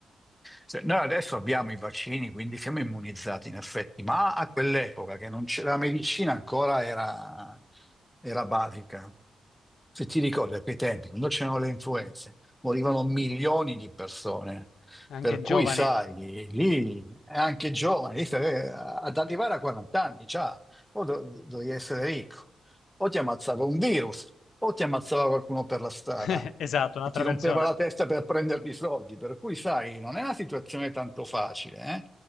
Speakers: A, in the centre; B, on the left (about 75°).
A: Se- Noi adesso abbiamo i vaccini, quindi siamo immunizzati in effetti, ma a quell'epoca che non c'era la medicina ancora era, era basica. Se ti ricordi, a quei tempi, quando c'erano le influenze, morivano milioni di persone.
B: anche
A: Per
B: giovane.
A: cui, sai, lì è anche giovane, lì stai- ad arrivare a 40 anni già, o do- dovevi essere ricco, o ti ammazzava un virus, o ti ammazzava qualcuno per la strada
B: <laughs> Esatto, un'altra
A: che ti rompeva
B: persona.
A: la testa per prenderti i soldi. Per cui, sai, non è una situazione tanto facile, eh?